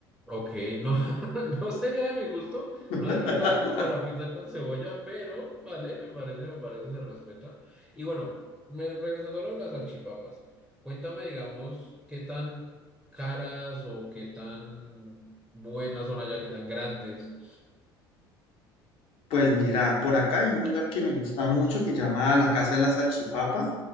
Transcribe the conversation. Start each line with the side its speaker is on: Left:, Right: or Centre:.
Centre: Ok, no, <laughs> no sería de mi gusto.
Left: <laughs>
Centre: No disfruto de como la pizza con cebolla, pero vale, me parece, me parece, se respeta. Y bueno, me, regresando a lo de las salchipapas. Cuéntame, digamos, qué tan caras o qué tan buenas son allá, qué tan grandes.
Left: Pues mira, por acá hay un lugar que me gusta mucho que llama La Casa de la Salchipapa.